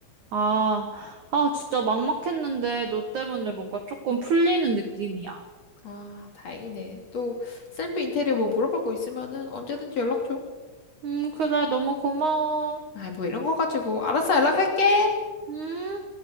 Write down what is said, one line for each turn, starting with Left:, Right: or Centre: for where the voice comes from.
Right: 아, 아, 진짜 막막했는데 너 때문에 뭔가 조금 풀리는 느낌이야.
Left: 아 다행이네. 또 셀프 인테리어 뭐 물어볼 거 있으면은 언제든지 연락 줘.
Right: 음, 그래. 너무 고마워.
Left: 아 뭐 이런 거 가지고 알았어 연락할게.
Right: 음.